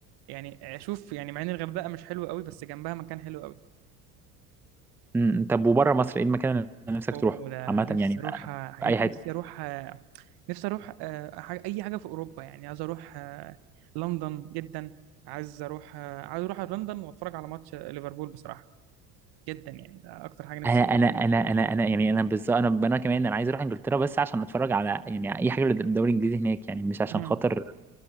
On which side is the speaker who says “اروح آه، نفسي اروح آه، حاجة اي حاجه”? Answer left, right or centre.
Right